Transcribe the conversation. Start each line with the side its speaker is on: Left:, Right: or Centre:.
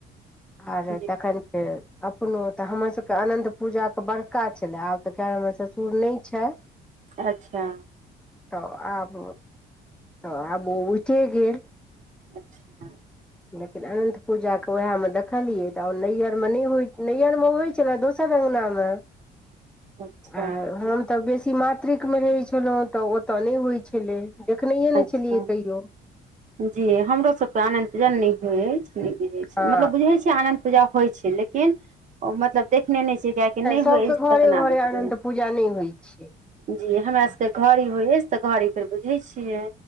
Centre: आर
Right: जी
Centre: तखन फेर अपनो तऽ हमरसभके अनन्त पूजाके बड़का छलय आब तऽ क हमर ससुर नइ छै
Right: अच्छा
Centre: तऽ आब तऽ आब ओ उठे गेल
Right: अच्छह
Centre: लेकिन अनन्त पूजाके उएहमे देखलियै तऽ नैहर मे नहि होयत नैहरमे होइत छल दोसर अंगना अंगना म
Right: अच्छा
Centre: आ हम तऽ बेसी मातृिक मे रहै छलहुँ तऽ ओतय नहि होइ छलै। देखनैए नहि
Right: अच्छा
Centre: छलियै कहियो।
Right: जी हमरो सब के आनद पूजा नय होय अइछ नइ बुझे छि
Centre: हँ
Right: मतलब बुझे छीे आनंद पूजा होय छैय। लेकिन ओ मतलब देखने नहि छी किया की नहि
Centre: सबके
Right: होइ <unintelligible> तऽ
Centre: घरे
Right: केना
Centre: घरे
Right: देखबै?
Centre: अनन्त पूजा नहि होइ छै
Right: जी हमरा सबके घड़ी होइ अय तऽ घड़ी फेर बुझे छियै।